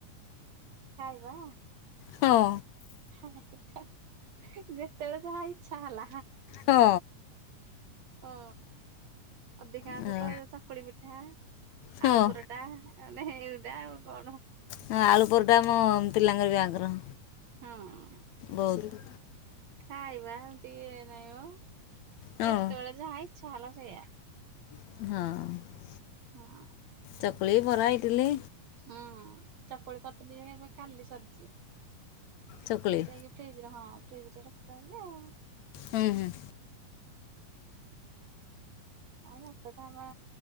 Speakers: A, on the right; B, on the left.
A: ଖାଇବା?
B: ହଁ।
A: ଖା-ଇ-ବା ଯେତେବେଳେ ଯାହା ଇଚ୍ଛା ହେଲା।
B: ହଁ।
A: ଓ ଅଧିକାଂଶତ
B: ହଁ
A: ଏ ଚକୁଳି ପିଠା।
B: ହଁ
A: ଆଳୁ ପରଟା ମାନେ ଏଉଟା ଆଉ କଣ।
B: ହଁ ଆଳୁପରଟା ଆମ ପିଲାଙ୍କର ବି ଆଗ୍ରହ।
A: ହଁ।
B: ବହୁତ୍।
A: ଖାଇବା ଏମିତି ଇଏ ନାଇଁମ।
B: ହଁ
A: ଯେତେବେଳେ ଯାହା ଇଛା ହେଲା ସେଇଆ।
B: ହଁ।
A: ହଁ।
B: ଚକୁଳି ବରା ଇଡିଲି।
A: ହଁ ଚକୁଳି କରିଥିଲି ଯେ ହେରାପା କାଲି ସରିଚି। କରିଦେଇକି
B: ଚକୁଳି
A: ଫ୍ରିଜରେ ହଁ ଫ୍ରିଜରେ ରଖିଦଉଚି ଆଉ।
B: ହୁଁ ହୁଁ।
A: ଆଉ ମତେତ ଆମ